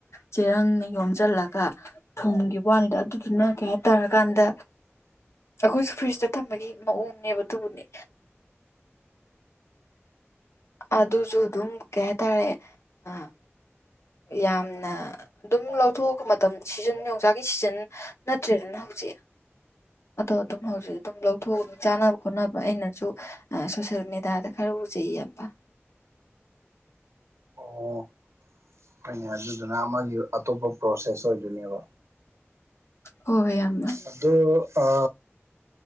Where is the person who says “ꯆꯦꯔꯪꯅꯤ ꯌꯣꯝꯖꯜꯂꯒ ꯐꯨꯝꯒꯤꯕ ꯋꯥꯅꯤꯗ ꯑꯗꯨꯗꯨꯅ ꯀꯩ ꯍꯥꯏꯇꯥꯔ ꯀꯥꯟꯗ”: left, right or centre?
Left